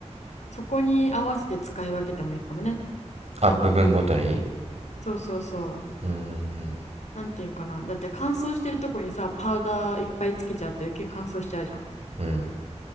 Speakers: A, on the left; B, on the right.
A: そこに合わせて使い分けてもいいかもね。
B: あ、部分ごとに
A: そうそうそう。
B: うんうん
A: なんていうんかな。だって乾燥してるとこにさパウダーいっぱいつけちゃうと余計乾燥しちゃうじゃん。
B: うんうん